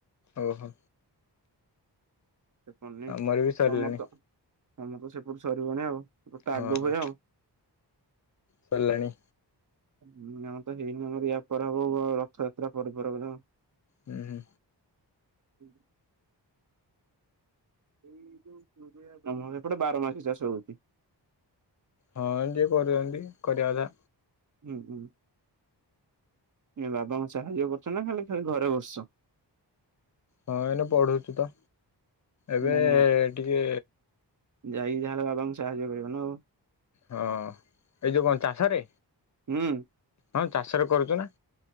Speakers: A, on the left; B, on the right.
A: ଓହୋ
B: ଚପଣି
A: ଆମର ବି ସରିଲାଣି
B: ମସ୍ତ। <unintelligible> ତମର ତ ସେପଟୁ ସରିବଣି ଆଉ। ଗୋଟେ
A: ହଁ
B: ଆଗ ହୁଏ ଆଉ।
A: ସରିଲାଣି।
B: ଆମର ତ ହେଇନି ୟା ପରେପରେ ହବ, ରଥଯାତ୍ରା ପରେପରେ ବୋଧେ
A: ହୁଁ।
B: <unintelligible> ଏଇୋଉ ନ ଏପଟେ ବାର ମାସୀ ଚାଷ ହ‌ଉଚି। <unintelligible>
A: ହଁ ଯିଏ କରୁଛନ୍ତି କରିବା କଥା।
B: ହୁଁ ହୁଁ ଏ ବାବାଙ୍କ ସାହାଯ୍ୟ କରୁଛ ନା ଖାଲି ଖାଇ ଘରେ ଵସିଚ?
A: ହଁ ଏଇନ ପଢୁଛୁ ତ। ଏବେ
B: ନା ନାଇଁ?
A: ଟିକେ।
B: ଯାଇକି ତାହେଲେ ବାବାଙ୍କୁ ସାହାଯ୍ୟ କରିଵ ନା ଆଉ
A: ହଁ ଏ ଯୋଉ କଣ ଚାଷରେ
B: ହୁଁ।
A: ହଁ ଚାଷରେ କରୁଚୁ ନା